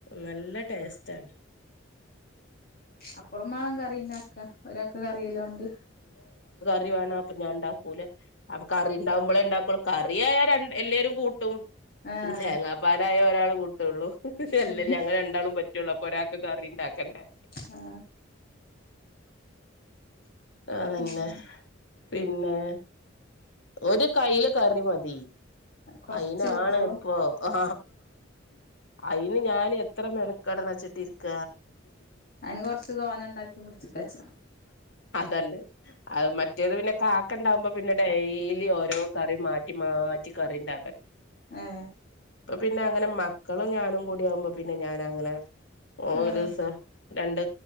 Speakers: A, on the left; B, on the left.
A: നല്ല ടേസ്റ്റ് ആണ്
B: അപ്പളും വേണം കറി ഉണ്ടാക്ക ഒരാൾക്ക് കറിയില്ലണ്ട്
A: റി വേണം അപ്പൊ ഞാൻ ഉണ്ടാക്കൂലാഅപ്പൊ കറി ഉണ്ടാവുമ്പോളേ ഉണ്ടാക്കൂ കറി ആയ എല്ലാവരും കൂട്ടും
B: ആഹ്
A: തേങ്ങാപ്പാലായ ഒരാൾ കൂട്ടുള്ളൂ അല്ലേ
B: ഉം
A: ഞങ്ങൾ രണ്ടാളും പറ്റുള്ളൂ അപ്പൊ ഒരാ ക്കെ കറി ഉണ്ടാക്കണ്ടേ
B: ആ
A: അതന്നെ
B: അങ്ങനെ
A: പിന്നെ ഒരു കൈയ്യില് കറി മതി
B: കൊറച്ചേ
A: അയിനാണ്
B: കൂട്ടൊള്ളൂ
A: ഇപ്പോ ആ അയിന് ഞാന് എത്ര മെനക്കട വെച്ചിട്ടിക്ക
B: അയിന് കൊറച്ച് തോന്ന ഉണ്ടാക്കി പിടിച്ചപ്പച്ചാ
A: തല്ലേ അത് മറ്റേത് പിന്നെ കാക്ക ഉണ്ടാവുമ്പോ പിന്നെ ഡെയിലി ഓരോ കറി മാറ്റി മാറ്റി കറി ഉണ്ടാക്കണ്ട
B: ഏ
A: പിന്നെ അങ്ങനെ മക്കളും ഞാനും കൂടി ആകുമ്പോ പിന്നെ ഞാന അങ്ങനെ ഒരു
B: ഏഹ്
A: ദിവസ രണ്ട്